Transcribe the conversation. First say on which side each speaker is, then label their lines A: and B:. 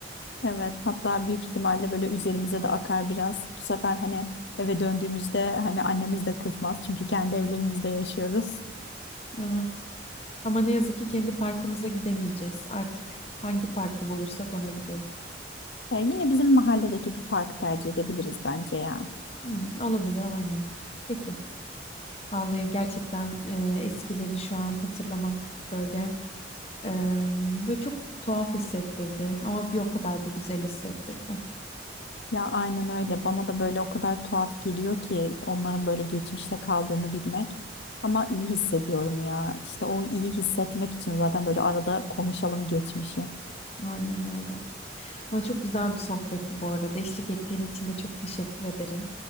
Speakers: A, on the left; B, on the left.
A: Evet hatta büyük ihtimalle böyle üzerimize de akar biraz. Bu sefer hani eve döndüğümüzde hani annemiz de kızmaz çünkü kendi evlerimizde yaşıyoruz.
B: Evet. Ama ne yazık ki kendi parkımıza gidemeyeceğiz. Artık hangi parkı bulursak ona gidelim.
A: E, yine bizim mahalledeki bir parkı tercih edebiliriz bence ya.
B: Hmm, olabilir aynen. Peki. Vallahi gerçekten e, eskileri şu an hatırlamak böyle e, böyle çok tuhaf hissettirdi ama bir o kadar da güzel hissettirdi.
A: Ya aynen öyle. Bana da böyle o kadar tuhaf geliyor ki onların böyle geçmişte kaldığını bilmek. Ama iyi hissediyorum ya. İşte o iyi hissetmek için zaten böyle arada konuşalım geçmişi.
B: Aynen öyle. Ama çok güzel bir sohbetti bu arada. Eşlik ettiğin için de çok teşekkür ederim.